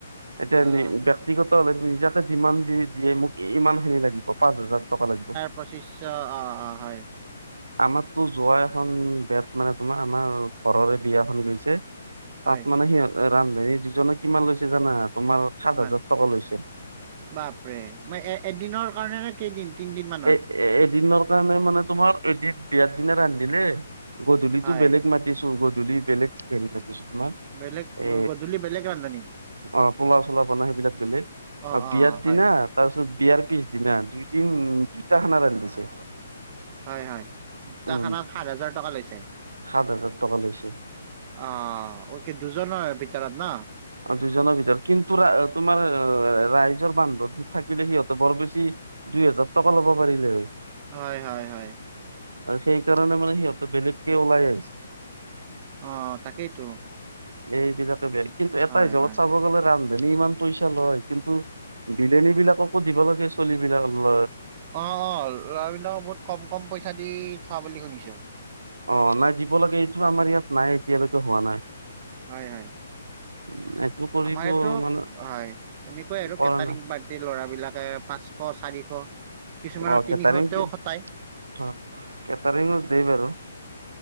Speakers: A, on the right; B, on the right.
A: এতিয়া
B: অ',
A: নি ব্যক্তিগত হলে নিজাকে যিমান য দিয়ে মোক ইমানখিনি লাগিব পাঁচ হাজাৰ টকা লাগিব।
B: পচিষ্য অ', অ', হয়।
A: আমাৰতো যোৱা এখন বেত মানে তোমাৰ আমাৰ ঘৰৰে বিয়াখন গৈছে।
B: হয়,
A: তাত মানে সি ৰান্ধনী দুজনে কিমান লৈছে জানা, তোমাৰ সাত
B: ইমান
A: হাজাৰ টকা লৈছে।
B: বাপৰে মই এ এদিনৰ কাৰণে নে কেইদিন, তিনদিন মানত?
A: এ এদিনৰ কাৰণে মানে তোমাৰ এদিন বিয়াৰ দিনা ৰান্ধিলে গধূলিতো
B: হয়,
A: বেলেগ মাতিছোঁ, গধূলি বেলেগ হেৰি মাতিছোঁ তোমাৰ।
B: বেলেগ
A: এ
B: গধূলি বেলেগ ৰান্ধনী
A: অ', পোলাউ, চোলাউ বনাই সেইবিলাক বেলেগ।
B: অ',
A: আৰু
B: অ',
A: বিয়াৰ
B: হয়,
A: দিনা তাৰপিছত বিয়াৰ পিছ দিনা দুইদিন উম দুইটা খানা ৰান্ধিছে।
B: হয়, হয় দুটা
A: উম
B: খানাত সাত হাজাৰ টকা লৈছে?
A: সাত হাজাৰ টকা লৈছে
B: অ', ও কি দুজনৰ ভিতৰত ন?
A: অ', দুইজনৰ ভিতৰত কিন্তুৰা তোমাৰ ৰাইজৰ বান্ধৱত থাকিলে সিহঁতে বৰ বেছি দুই হেজাৰ টকা ল'ব পাৰিলে হয়।
B: হয়, হয়, হয়।
A: আৰু সেইকাৰণে মানে সিহঁতে বেলেগকে ওলাই আহিছে।
B: অ', তাকেইতো।
A: এইবিলাকে বেয়া কিন্তু এটা
B: হয়,
A: হিচাপত
B: হয়।
A: চাব গ'লে ৰান্ধ নী ইমান পইচা লয় কিন্তু বিলনী বিলাককো দিব লাগে চলিবিলাক ল
B: অ', অ', লৰা বিলাকক বহুত কম কম পইচা দি থোৱা বুলি শুনিছোঁ।
A: অ', নাই দিব লাগে এইটো আমাৰ ইয়াত নাই এতিয়ালৈকে হোৱা নাই।
B: হয়, হয়।
A: <unintelligible>
B: আমাৰ এইটো
A: মানে
B: হয়। তেনেকুৱাই আৰু
A: কৰা
B: কেটাৰিং
A: নাই
B: সেই ল'ৰা বিলাকে পাঁচশ, চাৰিশ কিছুমানৰ
A: অ',
B: তিনিশতেও
A: খেটাৰিং। অ',
B: খটাই।
A: কেটাৰিঙো যেই বাৰু।